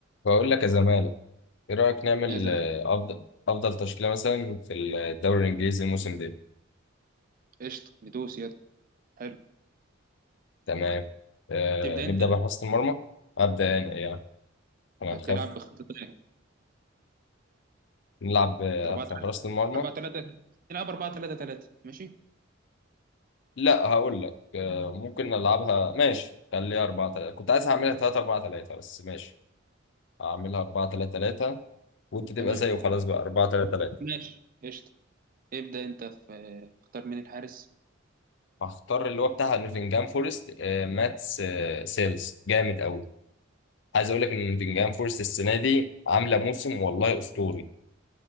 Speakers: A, on the left (about 60°); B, on the right (about 45°).
A: بقول لك يا زمالة ايه رأيك نعمل
B: يا زعيم
A: آه، افضل افضل تشكيلة مثلا في الدوري الانجليزي الموسم ده
B: قشطة ندوس يلا حلو
A: تمام آه
B: تبدأ
A: نبدأ
B: أنت
A: بحراسة المرمى ابدأ انا يعني انا
B: هتلعب
A: نخاف
B: بخطة إيه؟
A: نلعب آه،
B: 4
A: في
B: 3
A: حراسة المرمى
B: 4 3 تلعب 4 3 3 ماشي
A: لا هقول لك آه ممكن نلعبها ماشي خليها 4 3 كنت عايز اعملها 3 4 3 بس ماشي هعملها 4 3 3 وانت تبقى
B: تمام
A: زيه وخلاص بقى 4 3 3
B: ماشي قشطة ابدأ أنت في اختار مين الحارس
A: هختار اللي هو بتاع نوتنجهام فورست آه ماتس آه سيلز جامد قوي عايز اقول لك ان نوتنجهام فورست السنه دي عامله موسم والله اسطوري